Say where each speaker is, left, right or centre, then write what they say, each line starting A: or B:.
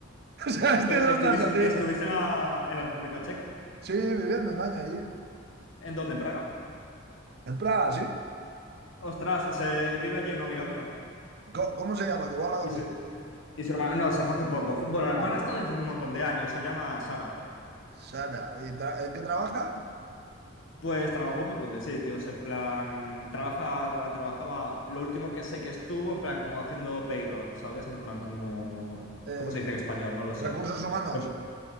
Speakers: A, on the right (about 55°); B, on the left (about 80°).
A: <laughs> O sea, ¿este
B: Pero,
A: de dónde
B: ¿estuviste,
A: ha salido?
B: estuviste en la, en la República Checa?
A: Sí, viviendo un año allí,
B: ¿En dónde? ¿En Praga?
A: en Praga, sí.
B: Ostras, se vive allí una amiga mía.
A: Co- ¿Cómo, se llama? Que igual la conozco.
B: Y su, Y su hermana, no, se fue hace poco. Bueno, la hermana
A: Ah,
B: está desde hace un montón de años, se llama Sara.
A: Sara, ¿y tra- en qué trabaja?
B: Pues trabajó un montón de sitios, en plan, trabaja, trabajaba, lo último que sé que estuvo, en plan, como haciendo payroll, ¿sabes? En plan, como,
A: Eh,
B: ¿cómo se dice en español? No lo sé.
A: recursos humanos.
B: Em,